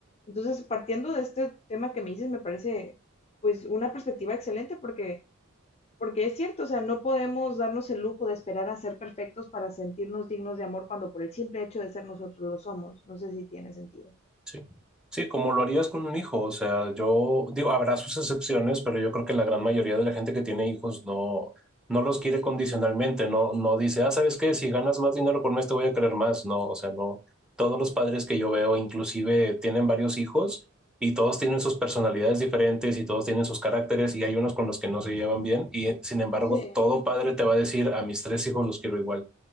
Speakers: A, on the left (about 30°); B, in the centre.
A: Entonces, partiendo de este tema que me dices, me parece pues una perspectiva excelente porque, porque es cierto, o sea, no podemos darnos el lujo de esperar a ser perfectos para sentirnos dignos de amor cuando por el simple hecho de ser nosotros lo somos. No sé si tiene sentido.
B: Sí, sí, como lo harías con un hijo, o sea, yo digo, habrá sus excepciones, pero yo creo que la gran mayoría de la gente que tiene hijos no, no los quiere condicionalmente, no, no dice, ah, ¿sabes qué? Si ganas más dinero por mes te voy a querer más, no, o sea, no, todos los padres que yo veo inclusive tienen varios hijos y todos tienen sus personalidades diferentes y todos tienen sus caracteres y hay unos con los que no se llevan bien y sin embargo
A: Sí,
B: todo padre te va a decir, a mis tres hijos los quiero igual.